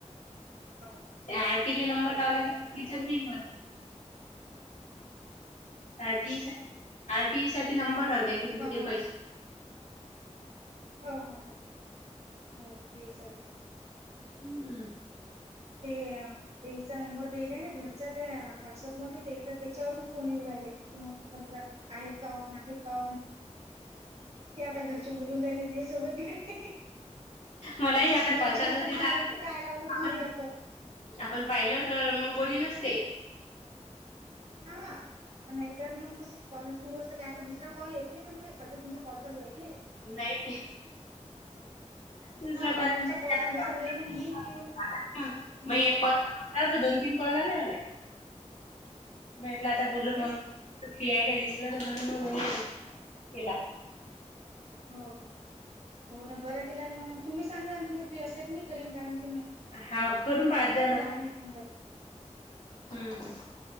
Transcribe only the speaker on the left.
त्या आरटी ले नंबर लावला गे त्याच्याच
बिंग म...
आरटीई साठी आरटीई साठी नंबर अ द्या किे
ते
पैसे.
हम्म.
मलाही आता
कॉल चालू
होते
तर
आपण
आपण पाहिलं तर मग कोणी नसते.
नाही. दुसर
<unintelligible>
दोन तीन कॉल आले मला म्हटलं आता बोलून
मग. <unintelligible>
हा करून पाहत
जा ना
हम्म.